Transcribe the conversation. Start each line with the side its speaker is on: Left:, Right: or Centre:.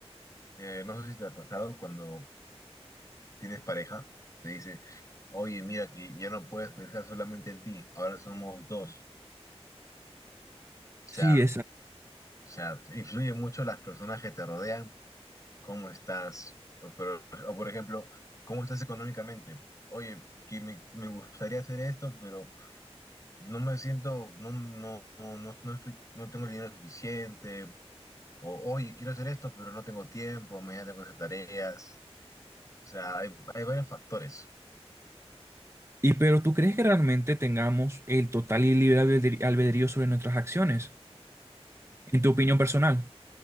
Left: eh, no sé si te ha pasado cuando tienes pareja, te dice, oye, mira que ya no puedes pensar solamente en ti, ahora somos dos. O
Right: Sí,
Left: sea, o sea, influye mucho las personas que te rodean, cómo estás, o, pero- o, por ejemplo, cómo estás económicamente. Oye, que me, me gustaría hacer esto, pero no me siento, no, no, no, no no estoy, no tengo el dinero suficiente. O, oye, quiero hacer esto, pero no tengo tiempo, mañana tengo que hacer tareas. O sea, hay, hay varios factores.
Right: Y pero ¿tú crees que realmente tengamos el total y libre albedri- albedrío sobre nuestras acciones? En tu opinión personal.